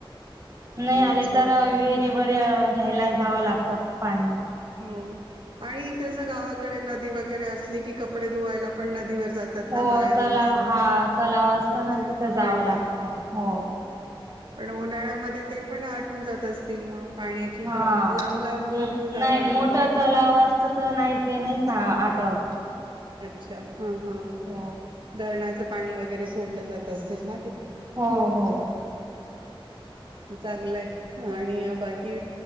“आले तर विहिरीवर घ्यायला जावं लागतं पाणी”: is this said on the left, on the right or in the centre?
Right